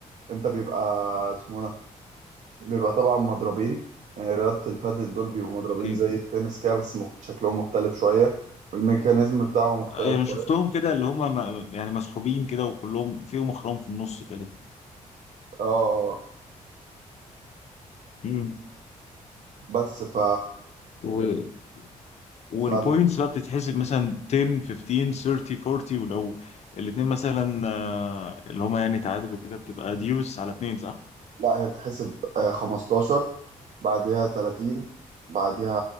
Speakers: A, on the right; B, on the left.
A: انت بيبقى اسمه ده بيبقى طبعا مضربين يعني رياضه البادل دول بيبقوا مضربين
B: أكيد
A: زي التنس كده بس مخ- شكلهم مختلف شويه والميكانيزم بتاعهم مختلف
B: انا
A: شوية.
B: شفتهم كده اللي هم م- يعني مسحوبين كده وكلهم فيهم اخرام في النص كده
A: اه آه.
B: امم
A: بس ف
B: و... والبوينتس
A: ف
B: بقى بتتحسب مثلا 10 15 30 40 ولو الاثنين مثلا آه، اللي هم يعني تعادلوا كده بتبقى ديوس على اثنين صح؟
A: لا هي بتحسب آه، 15 بعدها 30 بعدها